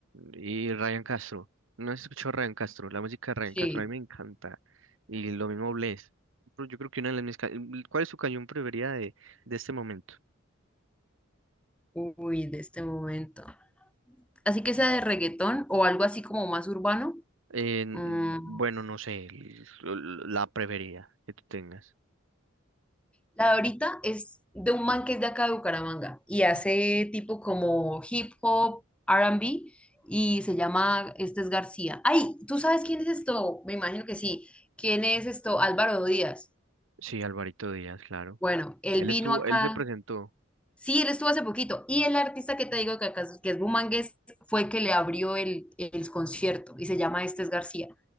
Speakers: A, on the right; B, in the centre.
A: y Ryan Castro. No has escuchado Ryan Castro. La música de Ryan
B: Sí.
A: Castro a mí me encanta. Y lo mismo Bless. Pero Yo creo que una de las mis... ca- mm, ¿Cuál es su canción preferida de, de este momento?
B: Uy, de este momento. Así que sea de reggaetón o algo así como más urbano.
A: Eh,
B: mm,
A: bueno, no sé. el- La preferida que tú tengas.
B: La de ahorita es de un man que es de acá de Bucaramanga y hace tipo como hip hop, R&B y se llama, este es García. Ay, ¿tú sabes quién es esto? Me imagino que sí. ¿Quién es esto? Álvaro Díaz.
A: Sí, Alvarito Díaz, claro.
B: Bueno, él
A: Él
B: vino
A: estuvo,
B: acá.
A: él se presentó.
B: Sí, él estuvo hace poquito. Y el artista que te digo que, acá- que es bumangués fue que le abrió el, el concierto y se llama Este es García.